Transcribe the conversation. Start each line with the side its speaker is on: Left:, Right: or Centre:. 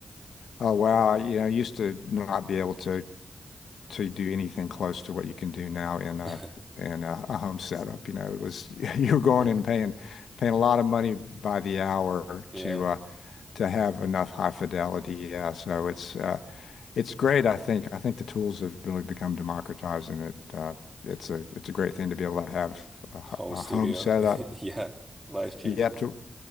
Left: Oh wow, you know, I used to not be able to to do anything close to what you can do now in a
Right: <laughs>
Left: in a, a home setup. You know, it was <laughs> you were going
Right: Mhm.
Left: in and paying paying a lot of money by the hour
Right: Yeah,
Left: to uh, to have enough high fidelity. Yeah, so it's uh, it's great. I think I think the tools have really become democratized, and it uh, it's a it's a great thing to be able to have a, h-
Right: home
Left: a
Right: studio.
Left: home setup.
Right: <laughs> Yeah, life changer.
Left: You have to